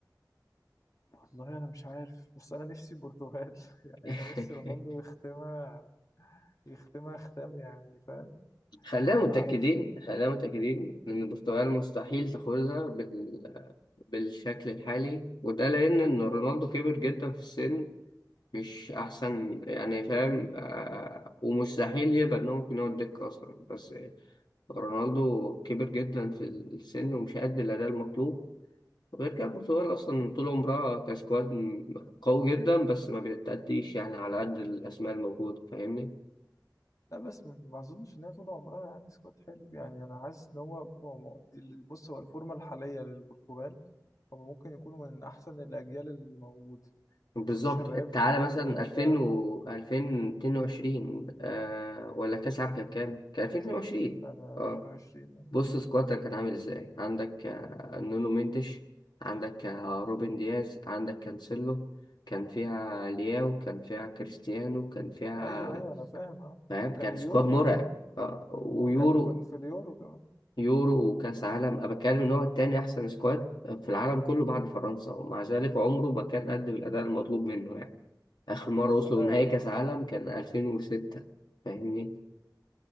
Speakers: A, on the left (about 50°); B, on the left (about 80°).
A: والله أنا مش عارف بس أنا نفسي البرتغال <laughs>
B: <laughs>
A: يعني أنا نفسي رونالدو يختمها يختمها ختام يعني فاهم
B: خلينا متأكدين
A: ما أعرفش
B: خلينا متأكدين إن البرتغال مستحيل تاخدها بال... بالشكل الحالي وده لأن إن رونالدو كبر جدا في السن مش أحسن يعني فاهم آه، ومستحيل يبقى إن هو ممكن يقعد دكة أصلا بس رونالدو كبر جدا في السن ومش قد الأداء المطلوب وغير كده البرتغال أصلا طول عمرها كسكواد م- قوي جدا بس ما بتأديش يعني على قد الأسماء الموجودة فاهمني
A: لا بس م- ما أظنش إن هي طول عمرها يعني سكواد حلو يعني أنا حاسس إن هو هو مؤدي بص هو الفورمة الحالية للبرتغال هم ممكن يكونوا من أحسن الأجيال اللي موجودة
B: بالظبط
A: شباب
B: تعالى
A: ولاعيبة
B: مثلا 2000 و 2022 آه ولا كأس العالم كان كام؟ كان 2022
A: كان 22
B: اه بص سكوادك كان عامل ازاي عندك آه، نونو مينديش عندك آه، روبن دياز عندك كانسيلو كان فيها لياو كان فيها كريستيانو كان فيها
A: أيوه أيوه أنا فاهم أه
B: فاهم
A: وكان
B: كان
A: اليورو
B: سكواد مرعب
A: كمان
B: آه، ويورو
A: ما هو كان كنت في اليورو كمان
B: يورو وكاس عالم انا بتكلم ان هو التاني احسن سكواد في العالم كله بعد فرنسا ومع ذلك عمره ما كان قدم الاداء المطلوب منه يعني اخر مره
A: بس
B: وصلوا
A: أنا
B: نهائي كاس عالم كان 2006 فاهمني